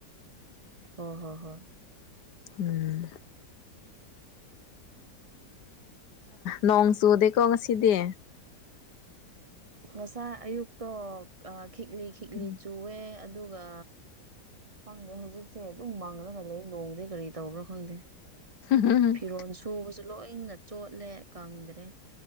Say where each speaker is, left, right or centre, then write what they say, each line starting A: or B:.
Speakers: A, on the right; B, on the left.
A: ꯍꯣ ꯍꯣ ꯍꯣꯏ꯫
B: ꯎꯝ ꯅꯣꯡ ꯆꯨꯗꯦꯀꯣ ꯉꯁꯤꯗꯤ꯫
A: ꯉꯁꯥꯏ ꯑꯌꯨꯛꯇꯣ ꯑꯥ ꯈꯤꯛꯂꯤ ꯈꯤꯛꯂꯤ
B: ꯎꯝ
A: ꯆꯨꯋꯦ꯫ ꯑꯗꯨꯒ ꯈꯪꯗꯦ ꯍꯧꯖꯤꯛꯁꯦ ꯑꯗꯨꯝ ꯃꯪꯂꯒ ꯂꯩ꯫ ꯅꯣꯡꯗꯤ ꯀꯔꯤ ꯇꯧꯕ꯭ꯔꯥ ꯈꯪꯗꯦ
B: ꯎꯝ
A: ꯐꯤꯔꯣꯟ ꯁꯨ ꯁꯨꯕꯁꯨ ꯂꯣꯏꯅ ꯆꯣꯠꯂꯦ ꯀꯪꯗ꯭ꯔꯦ꯫